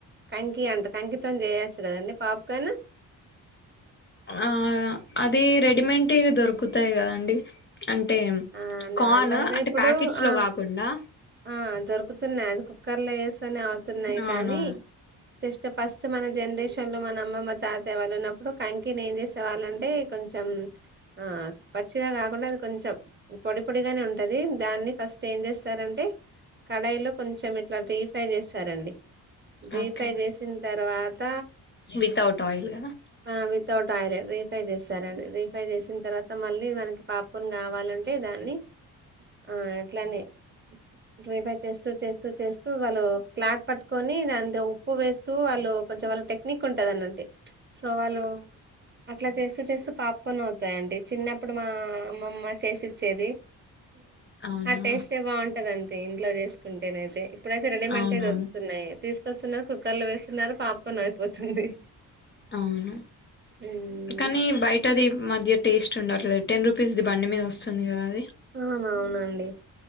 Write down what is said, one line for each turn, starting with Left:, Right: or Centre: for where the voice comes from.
Right: కంకి అంటారు కంకితోం చేయొచ్చు కదండి పాప్కన్
Left: ఆ అది రెడీమెట్వి దొరుకుతాయి కదాండి. అంటే
Right: ఆ నార్మల్గా
Left: కార్న్ అంటే
Right: ఇప్పుడు
Left: ప్యాకెట్స్ లో
Right: ఆ
Left: కాకుండా
Right: ఆ దొరుకుతున్నాయి అది కుక్కర్ లో వేసేనే ఆగ్ తున్నాయ్
Left: అవునవును
Right: కానీ, జస్ట్ ఫస్ట్ మన జనరేషన్ లో మన అమ్మమ్మ తాత వాళ్ళు ఉన్నప్పుడు కంకిని ఏం చేసేవాళ్ళంటే కొంచెం ఆ పచ్చిగా కాకుండా అది కొంచెం పొడి పొడిగానే ఉంటది. దాన్ని ఫస్ట్ ఏం చేస్తారంటే, కడాయిలో కొంచెం ఇట్లా డీఫ్రై చేస్తారండి. డీ
Left: ఓకే
Right: ఫ్రై చేేసిన తర్వాత
Left: వితౌట్ ఆయిల్ కదా
Right: ఆ విత్ వితౌట్ ఆయిల్ రీఫై చేస్తారండి. రీఫై చేసిన తర్వాత, మళ్ళీ మనకి పాప్కోన్ కావాలంన్ అంటే దాన్ని ఆ అట్లానే డ్రీ ఫ్రై చేస్తూ చేస్తూ చేస్తూ వాళ్ళు క్లాత్ పట్టుకొని దాన్ దా ఉప్పు వేస్తూ వాళ్ళు కొంచం వాల్ టెక్ నీకుంటది అన్నంటే ప్చ్ సో వాళ్ళు అట్లా చేస్తూ చేస్తూ పాప్కోన్ అవుతాయింటడి చిన్నప్పుడు మా అమ్మమ్మ చేసి చేది
Left: అవునా
Right: ఆ టెస్ట్యే బాగుంన్ కాదంతే ఇంట్లో చేసుకుంటేనే అయితే ఇప్పుడైతే రేడిమెట్యే
Left: అవునవును
Right: దొరుకుతున్నాయి. తీసుకొస్తున్నారు, కుక్కర్ లో వేస్తున్నారు, పాప్కోన్ అయిపోతుంది.
Left: అవును
Right: ఉమ్
Left: కానీ బయటది మధ్య టేస్ట్ ఉండట్లేదు, టెన్ రూపీస్ది బండి మీద వస్తుంది కదా అది.
Right: అవునావునండి